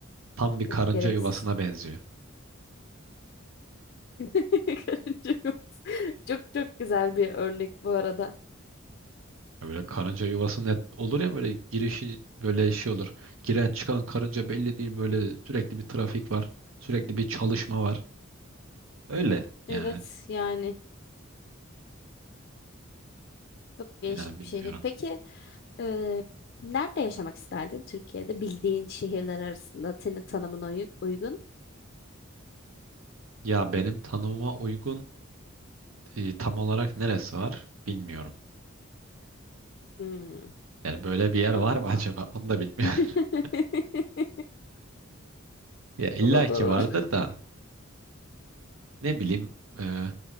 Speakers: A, on the right (about 80°); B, on the left (about 50°).
A: Tam bir karınca
B: Çok gereksiz.
A: yuvasına benziyor.
B: <laughs> Karınca yok. Çok çok güzel bir örnek bu arada.
A: Ya Böyle karınca yuvası net olur ya böyle girişi böyle şey olur. Giren çıkan karınca belli değil böyle sürekli bir trafik var. Sürekli bir çalışma var. Öyle
B: Evet
A: yani
B: yani. Çok değişik
A: yani bilmiyorum.
B: bir şehir. Peki e, nerede yaşamak isterdin Türkiye'de? Bildiğin şehirler arasında senin tanımına uy- uygun.
A: Ya benim tanımıma uygun e, tam olarak neresi var bilmiyorum.
B: Hmm.
A: Yani böyle bir yer
B: Anladım.
A: var mı acaba onu da bilmiyorum.
B: <laughs>
A: <laughs> Ya illa
B: O da
A: ki
B: doğru.
A: vardır da ne bileyim e,